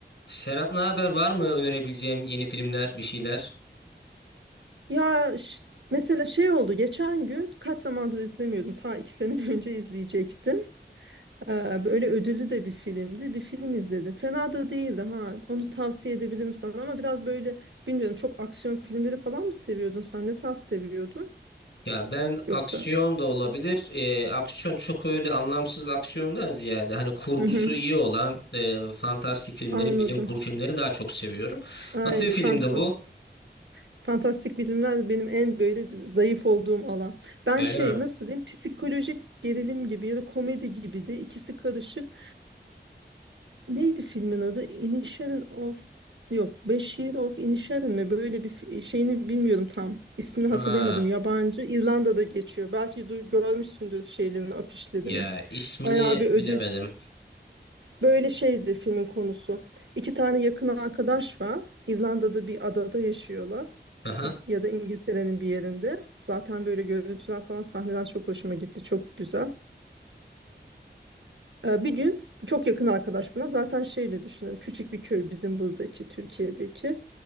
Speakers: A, on the left (about 85°); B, on the right (about 80°).
A: Serap ne haber? Var mı önerebileceğim yeni filmler, bir şeyler?
B: Ya ş- mesela şey oldu geçen gün kaç zamandır izlemiyordum ta iki sene <laughs> önce izleyecektim Ee, böyle ödüllü de bir filmdi bir film izledim fena da değildi ha onu tavsiye edebilirim sana ama biraz böyle bilmiyorum çok aksiyon filmleri falan mı seviyordun sen ne tarz seviyordun
A: Ya ben aksiyon
B: yoksa
A: da olabilir. Ee, aksiyon çok öyle anlamsız aksiyondan ziyade hani kurgusu
B: Hı-hı,
A: iyi olan e, fantastik filmleri,
B: anladım
A: bilim kurgu filmlerini daha çok seviyorum.
B: ay
A: Nasıl
B: fantastik
A: bir filmdi bu?
B: fantastik bilimler benim en böyle zayıf olduğum alan ben
A: Öyle
B: şey
A: mi?
B: nasıl diyeyim psikolojik gerilim gibi ya da komedi gibi de ikisi karışık Neydi filmin adı? Inisherin of yok Beş Year of Inisherin mi? Böyle bir fi- şeyini bilmiyorum tam. İsmini hatırlayamadım.
A: Ha,
B: Yabancı. İrlanda'da geçiyor. Belki duy, görmüşsündür şeylerini, afişlerini.
A: ya ismini
B: Bayağı bir ödül.
A: bilemedim.
B: Böyle şeydi filmin konusu. İki tane yakın arkadaş var. İrlanda'da bir adada yaşıyorlar.
A: Aha.
B: İ- Ya da İngiltere'nin bir yerinde. Zaten böyle görüntüler falan sahneler çok hoşuma gitti. Çok güzel. Ee, Bir gün çok yakın arkadaş buna zaten şeyle düşünün küçük bir köy bizim buradaki Türkiye'deki